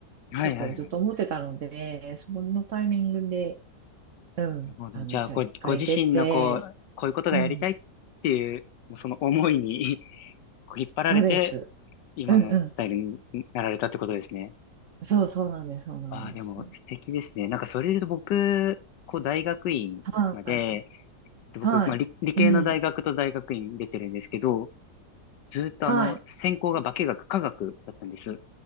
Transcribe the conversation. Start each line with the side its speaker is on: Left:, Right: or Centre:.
Left: はいはいはい。
Right: 結構ずっと思ってたので、そのタイミングで、うん、
Left: なるほど。
Right: あの、
Left: じゃあ、
Right: じゃあ一回出て、
Left: ご、ご自身のこう、こういうことがやりたいっていう、
Right: うん、
Left: もうその思いに <laughs> こう引っ張られて、
Right: そうです。
Left: 今のスタイルになられたってことですね。
Right: うんうん。そうそうなんです、そうなんです。
Left: ああ、でも素敵ですね。なんかそれで言うと僕、こう大学院まで、
Right: は
Left: えっと僕、
Right: い、はい、
Left: まあ理、理系の大学と大学院出てるんですけど、
Right: うん、
Left: ずーっとあの、
Right: はい。
Left: 専攻が化学、化学だったんです。